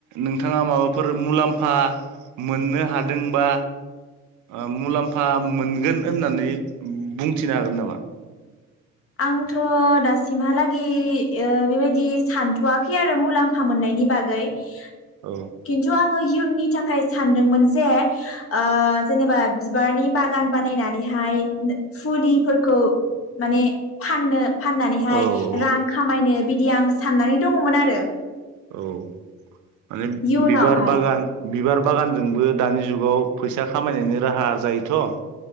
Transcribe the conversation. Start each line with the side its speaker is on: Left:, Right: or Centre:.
Right: नोंथाङा माबाफोर मुलाम्फा मोननो हादोंबा ओ मुलाम्फा मोनगोन होननानै बुंथिनो हागोन नामा?
Left: आंथ' दासिमहालागि बेबायदि ओ सानथ'वाखै आरो मुलाम्फा मोननायनि बागै ।
Right: औ
Left: खिन्थुआं ङो इयुननि थाखाय सानदोंमोन जे ओ जेनेबा बिबारनि बागान बानायनानैहाय फुलिफोरखौ माने फाननो फाननानैहाय
Right: औ औ
Left: रां खामायनो बि दि आं साननानै दङमोन आरो ।
Right: औ । माने
Left: इयुनावहाय
Right: बिबार बागान बिबार बागानजोंबो दानि जुगाव फैसा खामायनायनि राहा जायोथ'?